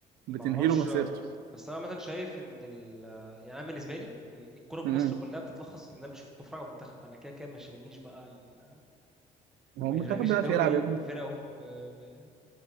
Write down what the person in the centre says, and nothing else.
معرفش
بس أنا مثلا شايف إن ال... يعني أنا بالنسبة لي ال- الكورة في
مصر كلها بتتلخص إن أنا بشوف بتفرج على المنتخب أنا كده كده ما يشغلنيش بقى ال...
ما
يشغلنيش
الدوري
بفرقه ب... ب...